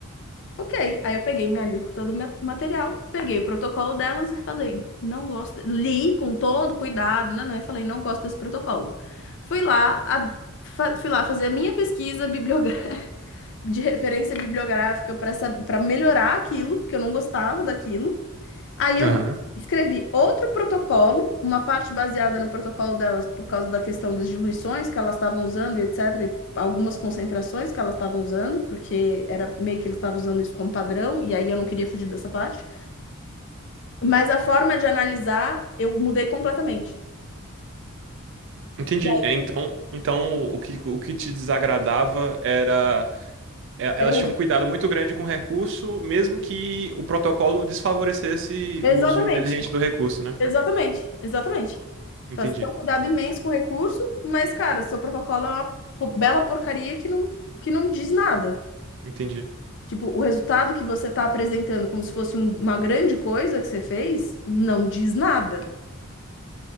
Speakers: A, on the left; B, on the right.
A: Ok, aí eu peguei minha alíquota do ma- material, peguei o protocolo delas e falei, não gosto, li com todo cuidado, né, né, e falei, não gosto desse protocolo. Fui lá, a- fa- fui lá fazer a minha pesquisa bibliográfica de referência bibliográfica para para melhorar aquilo, porque eu não gostava daquilo. Aí eu
B: Aham.
A: escrevi outro protocolo, uma parte baseada no protocolo delas por causa da questão das diluições que elas estavam usando e etc, e algumas concentrações que elas estavam usando, porque era meio que eles estavam usando isso como padrão, e aí eu não queria fugir dessa parte. Mas a forma de analisar eu mudei completamente.
B: Entendi.
A: E aí
B: É, então, então o que, o que te desagradava era é,
A: era
B: elas tinham um cuidado muito grande com o recurso, mesmo que o protocolo desfavorecesse
A: Exatamente.
B: o uso inteligente do recurso, né?
A: Exatamente, exatamente.
B: Entendi,
A: Então, Você tem um cuidado imenso com o recurso, mas, cara, seu protocolo é uma po- bela porcaria que não, que não diz nada.
B: entendi.
A: Tipo, o resultado que você está apresentando como se fosse um- uma grande coisa que você fez, não diz nada.